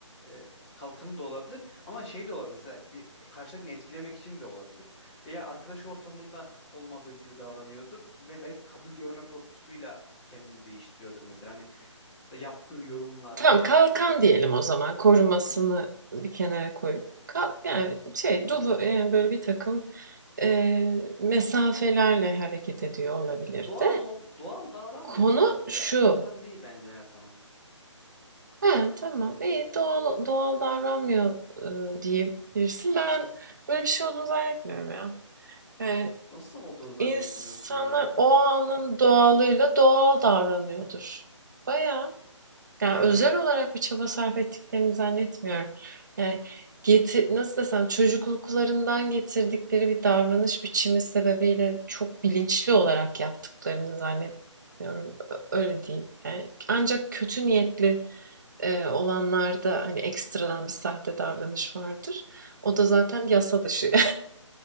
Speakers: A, on the left; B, on the right.
A: e, kalkanı da olabilir ama şey de olabilir. Mesela bir karşıdakini etkilemek için de olabilir. Veya arkadaş ortamında olmadığı gibi davranıyordur ve belki kabul görme korkusuyla kendini değiştiriyordur mesela. Hani e, yaptığı yorumlar
B: Tamam
A: veya
B: kalkan
A: işte
B: diyelim o zaman. Korumasını bir kenara koyup. Ka- yani
A: ha,
B: şey
A: yani
B: dolu yani böyle bir takım e, mesafelerle hareket ediyor olabilir
A: ya doğal
B: de.
A: ol, doğal davranmıyor
B: Konu
A: diyebiliriz ya.
B: şu.
A: Kalkan değil bence her zaman.
B: Ha, tamam iyi doğal, doğal davranmıyor e, diyebilirsin. Ben böyle bir şey olduğunu zannetmiyorum ya. Yani
A: Nasıl olduğunu zannetmiyorsun
B: İnsanlar
A: ya?
B: o anın doğalıyla doğal davranıyordur. Bayağı.
A: Ya
B: Yani
A: sen
B: özel olarak bir çaba sarf ettiklerini zannetmiyorum.
A: ya,
B: Yani getir, nasıl desem çocukluklarından getirdikleri bir davranış biçimi sebebiyle çok bilinçli olarak yaptıklarını zannetmiyorum. Ö- Öyle diyeyim. Yani ancak kötü niyetli e, olanlarda hani ekstradan bir sahte davranış vardır. O da zaten yasa dışı.